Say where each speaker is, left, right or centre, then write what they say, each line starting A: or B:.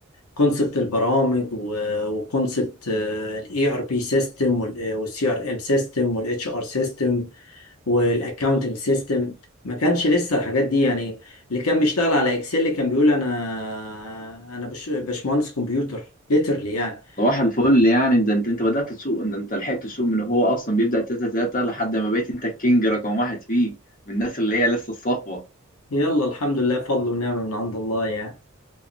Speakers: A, on the left; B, on the left.
A: كونسبت البرامج وكونسبت الاي ار بي سيستم والسي ار ام سيستم والاتش ار سيستم والاكاونتنج سيستم ما كانش لسه الحاجات دي يعني اللي كان بيشتغل على اكسل كان بيقول انا انا بش- باشمهندس كمبيوتر ليترلي يعني
B: صباح الفل يعني ده انت انت بدأت تسوق ده انت لحقت تسوق من هو اصلا بيبدأ تلاتة تلاتة لحد ما بقيت انت الكينج رقم واحد فيه من الناس اللي هي لسه الصفوة
A: يلا الحمد لله فضل ونعمه من عند الله يعني